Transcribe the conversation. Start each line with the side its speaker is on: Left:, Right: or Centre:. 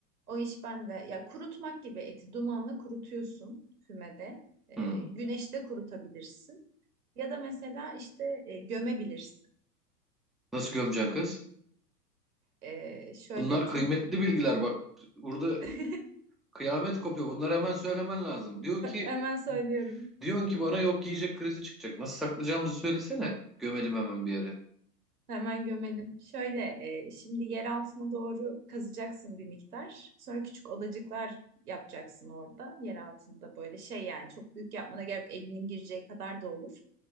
Right: O iş bende. Ya kurutmak gibi eti dumanla kurutuyorsun fümede. E,
Centre: Hmm.
Right: güneşte kurutabilirsin. Ya da mesela işte e, gömebilirsin.
Centre: Nasıl gömeceksin kız?
Right: E, şöyle
Centre: Bunlar
Right: çok
Centre: kıymetli bilgiler bak. Burada
Right: <laughs>
Centre: kıyamet kopuyor. Bunları hemen söylemen lazım. Diyor ki
Right: hemen söylüyorum.
Centre: Diyorsun ki bana yok yiyecek krizi çıkacak. Nasıl saklayacağımızı söylesene. Gömelim hemen bir yere.
Right: Hemen gömelim. Şöyle, e, şimdi yer altına doğru kazacaksın bir miktar. Sonra küçük odacıklar yapacaksın orada. Yer altında böyle şey yani çok büyük yapmana gerek yok. elinin gireceği kadar da olur.